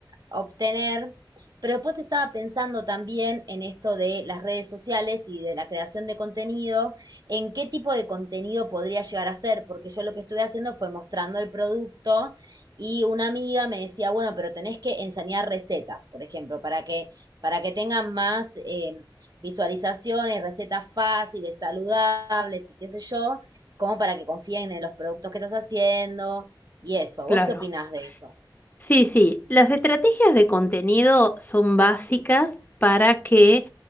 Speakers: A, on the right; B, on the left.
A: obtener. Pero después estaba pensando también en esto de las redes sociales y de la creación de contenido, en qué tipo de contenido podría llegar a ser, porque yo lo que estuve haciendo fue mostrando el producto y una amiga me decía, bueno, pero tenés que enseñar recetas, por ejemplo, para que, para que tengan más eh, visualizaciones, recetas fáciles, saludables y qué sé yo, como para que confíen en los productos que estás haciendo y eso.
B: claro.
A: ¿Vos qué opinás de eso?
B: Sí, sí, las estrategias de contenido son básicas para que